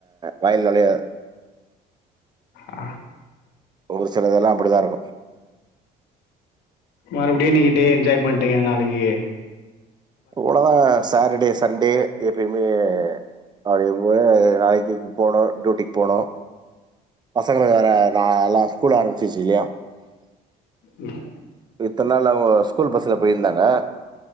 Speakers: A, on the right; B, on the left.
A: வாயில நொழையாது
B: ஆ
A: ஒருசிலதெல்லா அப்பிடிதா இருக்கு
B: மறுபடியு நீங்க டே என்ஜாய் பண்ட்டீங்க நாளைக்கி
A: அவ்ளவுதா சாட்டர்டே சண்டே எப்பயுமே அது <unintelligible> போகணு டியூட்டிக்கு போகணு பசங்களுக்கு வேற நா எல்லா ஸ்கூல் ஆரம்பிச்சிருச்சு இல்லயா
B: ம்
A: இத்தன நாள் அவுங்க ஸ்கூல் பஸ்ல போயிருந்தாங்க.